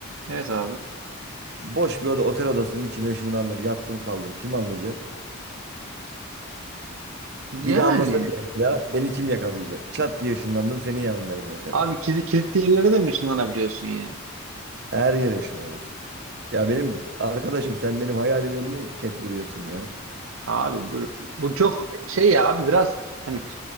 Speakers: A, on the right (about 75°); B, on the right (about 50°).
A: Evet abi.
B: Boş bir oda, otel odasının içine ışınlandım. Yattım kaldım. Kim anlayacak?
A: Yani
B: Biri anlasa bile mesela beni kim yakalayacak? Çat diye ışınlandım senin yanındayım mesela.
A: abi kilit, kilitli yerlere de mi ışınlanabiliyorsun yani?
B: Her yere şınıyorsun. Ya benim arkadaşım sen benim hayalime niye ket vuruyorsun ya?
A: Abi bu, bu çok şey ya abi biraz hani